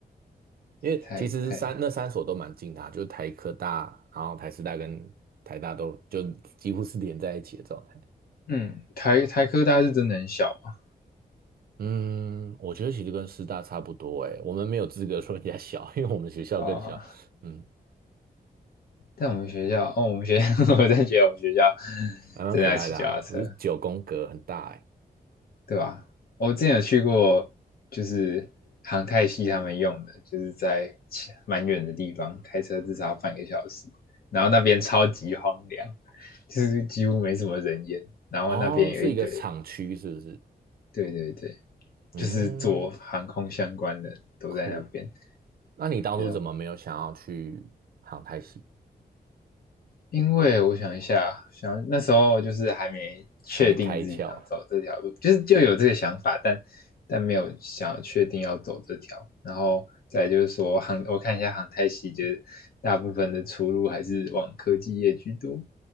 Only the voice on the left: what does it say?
太太，
嗯，台台科大是真的很小嘛，
啊、
在我们学校，哦，我们学校，<laughs> 我真觉得我们学校
真的要骑脚踏车，
对吧？我之前有去过，就是航太系他们用的，就是在蛮远的地方，开车至少要半个小时，然后那边超级荒凉，就是几乎没什么人烟，然后那边有一堆，
对对对，
就是做航空相关的都在那边，
觉得我，因为我想一下，想那时候就是还没确定自己想走这条路，
就是就有这个想法，但但没有想要确定要走这条。然后再就是说航，我看一下航太系，就是大部分的出路还是往科技业居多，